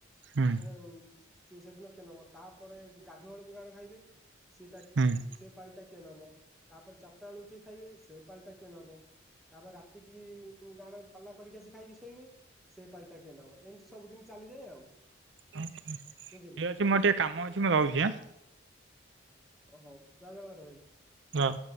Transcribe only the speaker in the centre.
ମାନେ ସେି ସେଦିନ କଷ ନବ ତାପରେ ଗାଧୁଆଳୁକୁ କାଣ ଖାଇବେ ସେଟା
ସେ ପାଲଟା କିଏ ନବ ତାପରେ ଚାରିଟା ବେଳୁ କିଏ ଖାଇବେ ସେ ପାଳିଟା କିଏ ନବ ତାପରେ ରାତି କିି ଗାଣ ପାଲା କରିକି ଆସି ଖାଇକି ଶୋଇବେ ସେଇ ପାଲିଟା କିଏ ନବ ଏମିତି ସବୁଦିନ ଚାଲିଯାଏ ଆଉ
ବୁଝିଲେ
ଓ ହୋଉ ଜୟ ଜାଗନ୍ନାଥ ଭାଇ।